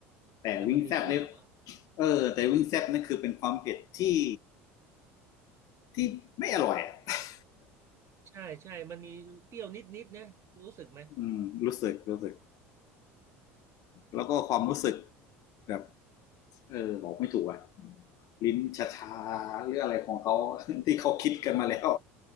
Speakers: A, on the left (about 55°); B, on the right (about 40°).
A: แต่วิงแซบเนี่ย
B: แต่มันมีเปรี้ยวอ่ะ
A: เออแต่วิงแซบนั่นคือเป็นความเผ็ดที่ที่ไม่อร่อยอ <laughs>
B: ใช่ใช่มันมีเปรี้ยวนิดๆนะรู้สึกไหม
A: อืมรู้สึกรู้สึกแล้วก็ความรู้สึกแบบเออบอกไม่ถูกอะลิ้นชาชาหรืออะไรของเขา <laughs> ที่เขาคิดกันมาแล้ว